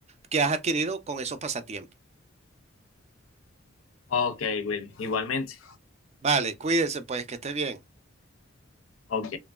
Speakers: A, on the right; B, on the left.
A: que has adquirido con esos pasatiempos.
B: Ok, Will, igualmente.
A: Vale, cuídense pues, que esté bien.
B: Ok.